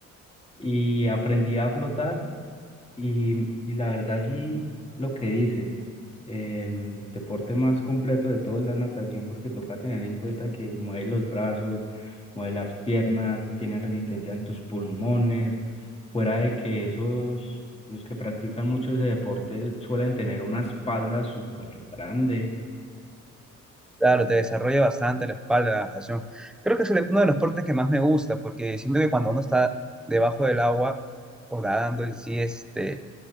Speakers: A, on the left; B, in the centre.
A: Y aprendí a flotar y, y la verdad sí, lo que dices, el deporte más completo de todos es la natación porque toca tener en cuenta que mueves los brazos, mueves las piernas, tienes resistencia en tus pulmones, fuera de que esos, los que practican mucho ese deporte suelen tener una espalda súper grande.
B: Claro, te desarrolla bastante la espalda, la natación. Creo que es el- uno de los deportes que más me gusta, porque siento que cuando uno está debajo del agua o nadando en sí, este,